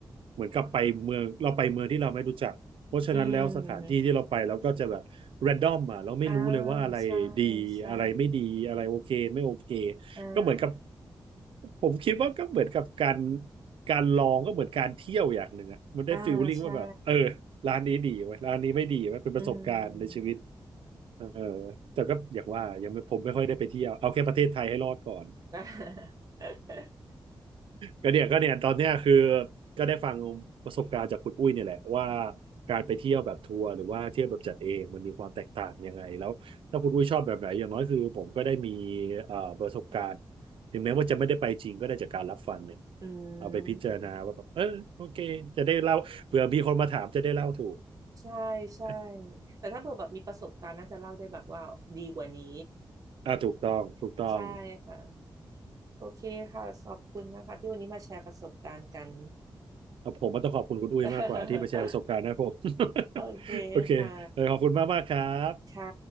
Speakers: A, on the right (about 80°); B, on the right (about 40°).
A: เหมือนกับไปเมืองเราไปเมืองที่เราไม่รู้จักเพราะฉะนั้นแล้วสถานที่ที่เราไปเราก็จะแบบแรนดอมอ่ะเราไม่รู้เลยว่าอะไรดีอะไรไม่ดีอะไรโอเคไม่โอเค
B: อืมอ่าใช่ใช่อ่า
A: ก็เหมือนกับผมคิดว่าก็เหมือนกับการการลองก็เหมือนการเที่ยวอย่างหนึ่งอ่ะมันได้ฟีลลิ่งว่าแบบเออ
B: อ่าใช่
A: ร้านนี้ดีไว้ยร้านนี้ไม่ดีไว้ยเป็นประสบการณ์ในชีวิต
B: อืม
A: เออแต่ก็อย่างว่ายังไม่ผมไม่ค่อยได้ไปเที่ยวเอาแค่ประเทศไทยให้รอดก่อน
B: <laughs>
A: ก็เนี่ยก็เนี่ยตอนเนี้ยคือก็ได้ฟังประสบการณ์จากคุณอุ้ยเนี่ยแหละว่าการไปเที่ยวแบบทัวร์หรือว่าเที่ยวแบบจัดเองมันมีความแตกต่างยังไงแล้วถ้าคุณอุ้ยชอบแบบไหนอย่างน้อยคือผมก็ได้มีเอ่อประสบการณ์ถึงแม้ว่าจะไม่ได้ไปจริงก็ได้จากการรับฟังเนี่ย
B: อื
A: เอาไปพิจารณาว่าแบบเออโอเคจะได้เล่าเผื่อมีคนมาถามจะได้เล่าถูก
B: ม ใช่ใช่
A: <laughs>
B: แต่ถ้าเบอร์แบบมีประสบการณ์น่าจะเล่าได้แบบว่าดีกว่านี้
A: อ่าถูกต้องถูกต้อง
B: <laughs> ใช่ค่ะโอเคค่ะขอบคุณนะคะที่วันนี้มาแชร์ประสบการณ์กัน
A: เอ่อผมก็ต้องขอบคุณคุณอุ้ยมากกว่าที่มาแชร์ประสบการณ์ให้ผม
B: <laughs>
A: <laughs>
B: โอเคค่ะ
A: โอเคเออขอบคุณมากมากครับ
B: ค่ะ